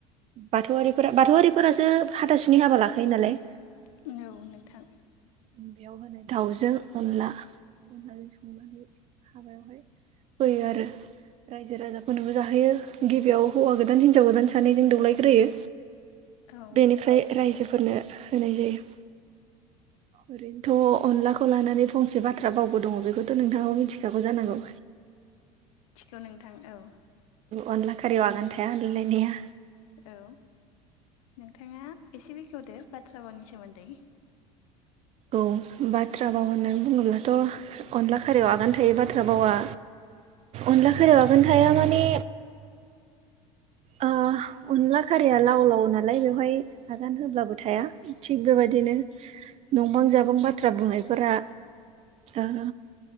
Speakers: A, on the right; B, on the left.
A: बाथौवारिफोरा बाथौवारिफोरासो हाथासुनि हाबा लाखायो नालाय
B: औ नोंथां
A: बेयाव होनाय दाउजों अनला अनलाजों संनानै हाबायावहाय होयो आरो रायजो राजाफोरनोबो जाहोयो गिबियाव हौवा गोदान हिनजाव गोदान सानैजों दौलायग्रोयो
B: औ
A: बेनिफ्राय रायजोफोरनो होनाय जायो ओरैनोथ' अनलाखौ लानानै फंसे बाथ्रा बावबो दङ बेखौथ' नोंथाङाव मिथिखा गौ जानांगौ
B: नंगौ नोंथां औ
A: अनला खारियाव आगान थाया होनलाय लायनाया
B: औ नोंथाङा एसे बेखेवदो बाथ्रा बावनि सोमोन्दै
A: औ बाथ्रा बाव होननानै बुङोब्लाथ' अनला खारियाव आगान थायै बाथ्रा बावा अनला खारियाव आगान थाया माने ओ अनला खारिया लाव लाव नालाय बेवहाय आगान होब्लाबो थाया थिग बेबायदिनो नंबां जाबां बाथ्रा बुंनायफोरा ओ